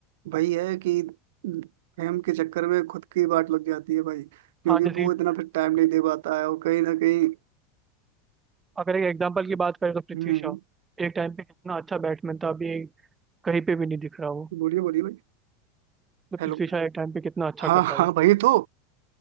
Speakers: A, on the right; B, on the right.
A: भाई है कि फेम के चक्कर में खुद की बात लग जाती है भाई क्योंकि
B: हाँ जैसे
A: वो
B: कि
A: इतना फिर टाइम नहीं दे पाता है और कहीं ना कहीं
B: अगर एक एग्जांपल की बात करें तो पृथ्वी
A: हम्म
B: शॉ एक टाइम पे कितना अच्छा बैट्समैन था अभी कहीं पे भी नहीं दिख रहा वो
A: बोलिए बोलिए भाई
B: तो
A: हेलो
B: पृथ्वी शॉ एक टाइम पे कितना अच्छा
A: हाँ
B: करता
A: हाँ
B: था
A: भाई तो